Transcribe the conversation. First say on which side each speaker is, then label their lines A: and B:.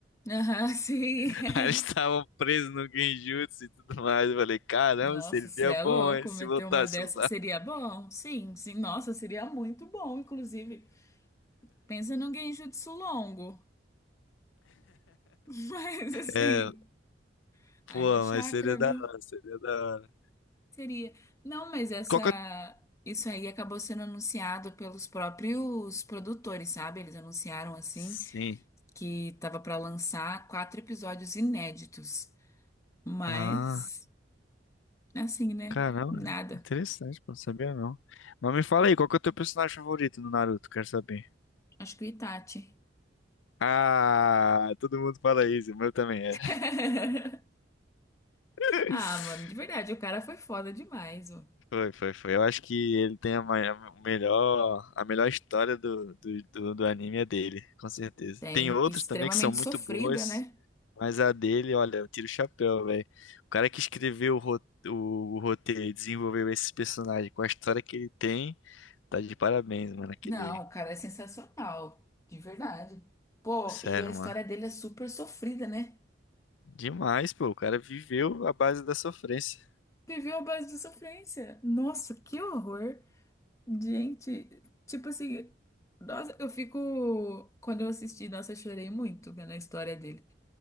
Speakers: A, on the left (about 15°); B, on the left (about 85°).
A: Aham, <laughs> sim.
B: <laughs> Aí eles estavam presos no Genjutsu e tudo mais. Eu falei, caramba,
A: Nossa,
B: seria
A: você é
B: bom
A: louco,
B: hein, se
A: meter
B: voltasse
A: uma dessa
B: lá.
A: seria bom? Sim, sim. Nossa, seria muito bom, inclusive. Pensa num genjutsu longo. <laughs> Mas assim,
B: É, Pô,
A: Haja Chakra,
B: mas seria da
A: viu?
B: hora, seria da hora.
A: Seria. Não, mas essa.
B: Qual que é...
A: Isso aí acabou sendo anunciado pelos próprios produtores, sabe? Eles anunciaram assim
B: Sim.
A: que tava pra lançar quatro episódios inéditos. Mas,
B: Ah,
A: assim, né?
B: caramba.
A: Nada.
B: Interessante, pô, não sabia não. Mas me fala aí, qual que é o teu personagem favorito no Naruto? Quero saber.
A: Acho que o Itachi.
B: Ah, todo mundo fala isso, o meu também é.
A: <laughs>
B: <laughs>
A: Ah, mano, de verdade, o cara foi foda demais, ó.
B: Foi, foi, foi. Eu acho que ele tem a, mai- a melhor, a melhor história do, do, do, do anime é dele, com certeza.
A: Tem
B: Tem outros
A: extremamente
B: também que são muito
A: sofrida,
B: boas.
A: né?
B: Mas a dele, olha, eu tiro o chapéu, velho. O cara que escreveu o, ro- o, o roteiro e desenvolveu esse personagem com a história que ele tem, tá de parabéns, mano. Aquele.
A: Não, o cara é sensacional, de verdade. Pô,
B: Sério,
A: e a história
B: mano.
A: dele é super sofrida, né?
B: Demais, pô. O cara viveu a base da sofrência,
A: Viveu à base de sofrência. Nossa, que horror. Gente, tipo assim, nossa, eu fico. Quando eu assisti, nossa, eu chorei muito vendo a história dele.